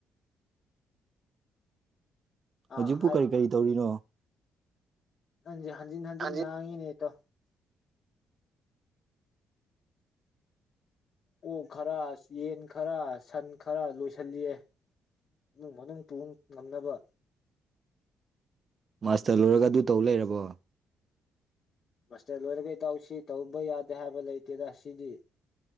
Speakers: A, on the left; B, on the right.
A: ꯑꯥ
B: ꯍꯧꯖꯤꯛꯄꯨ ꯀꯔꯤ ꯀꯔꯤ ꯇꯧꯔꯤꯅꯣ
A: ꯅꯪꯖꯤ ꯍꯟꯖꯤꯤꯟ ꯍꯟꯖꯤꯤꯟ
B: ꯍꯟꯖꯤꯟ
A: ꯉꯥꯡꯉꯅꯤꯇꯣ ꯑꯣꯛ ꯈꯔ ꯌꯦꯟ ꯈꯔ ꯁꯟ ꯈꯔ ꯂꯣꯏꯁꯤꯜꯂꯤꯌꯦ ꯏꯃꯨꯡ ꯃꯅꯨꯡ ꯄꯨ ꯉꯝꯅꯕ
B: <inaudible> ꯑꯁꯇꯂꯨꯔꯒ ꯑꯗꯨ ꯇꯧ ꯂꯩꯔꯕꯣ
A: ꯃꯁꯇꯔ ꯂꯣꯏꯔꯒꯩ ꯇꯧꯁꯤ ꯇꯧꯕ ꯌꯥꯗꯦ ꯍꯥꯏꯕ ꯂꯩꯇꯦꯅ ꯁꯤꯅꯤ